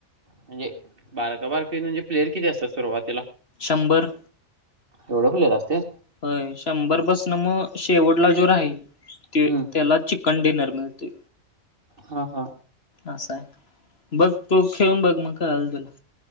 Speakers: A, on the right; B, on the left.
A: म्हणजे बारका बारके म्हणजे प्लेयर किती असतात सुरुवातीला?
B: शंभर.
A: एवढं प्लेर असत्या?
B: होय शंभर पसनं म शेवटला जो राहील त्यो
A: हम्म
B: त्याला चिक् कंडेेनर मिळतोय.
A: हा हा
B: असाय. बघ तू. हितं येऊन बग मग मग काय झालं तर